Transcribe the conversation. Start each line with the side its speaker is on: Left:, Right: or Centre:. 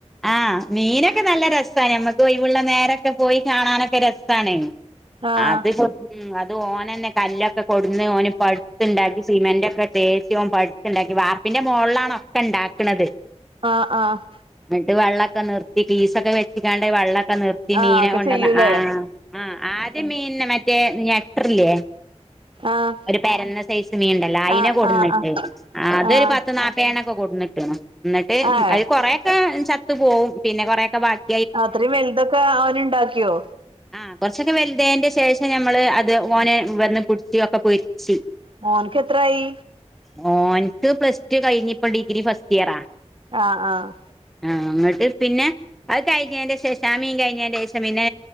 Centre: ആഹ് മീനൊക്കെ നല്ല രസ നമ്മുക്ക് ഒയി‌വുള്ള നേരൊക്കെ പോയി കാണാനൊക്കെ രസാണ്
Right: ആഹ്
Centre: അത് ഉം അത് ഓന് തന്നെ കല്ലൊക്കെ കൊടുന്ന് ഓന് പടുത്തുണ്ടാക്കി സിമെന്റൊക്കെ തേച്ച് ഓൻ ഉണ്ടാക്കി വാർപ്പിന്റെ മുകളിലാണ് ഒക്കെ ഉണ്ടാക്കണത്
Right: ആഹ് ആഹ്
Centre: എന്നിട്ട് വെള്ളൊക്കെ നിർത്തി പീസൊക്കെ വെച്ച്ക്കാണ്ട് വെള്ളൊക്കെ നിർ ത്തി
Right: ആഹ്
Centre: മീന
Right: ഒക്കെ
Centre: കൊണ്ടന്ന
Right: ചെയ്യൂലേ
Centre: ആഹ് ആഹ് ആദ്യ മീൻന മറ്റേ ഞട്ടറില്ലേ
Right: ആഹ്
Centre: ഒരു പെരന്ന സൈസ് മീനുണ്ടല്ലോ അയിനെ
Right: ആഹ്
Centre: കൊടുന്നിട്ട്
Right: ആഹ് ആഹ്
Centre: അതൊരു
Right: ആഹ്
Centre: പത്ത് നാല് വേണൊക്കെ കൊടുന്നിട്ട് എന്നിട്ട്
Right: ഏഹ്
Centre: അത് കൊറേക്കെ ചത്ത് പോവും പിന്നെ കൊറേക്കെ ബാക്കി
Right: അത്രയും വലുതൊക്കെ അവന് ഇണ്ടാക്കിയോ
Centre: ആഹ് കുറച്ചൊക്കെ വലുതായേന്റെ ശേഷം ഞമ്മള് അത് ഓനെ വന്ന് കുർത്തിയൊക്കെ പൊരിച്ച്
Right: മോന്ക്ക് എത്രായി
Centre: മോന്ക്ക് പ്ലസ് ടു കഴിഞ്ഞ് ഇപ്പ ഡിഗ്രി ഫസ്റ്റ് ഇയറ
Right: ആഹ് ആഹ്
Centre: ആഹ് എന്നിട്ട് പിന്നെ അത് കഴിഞ്ഞേന്റെ ശേഷം ആ മീൻ കഴിഞ്ഞേന്റെ ശേഷം ഇനി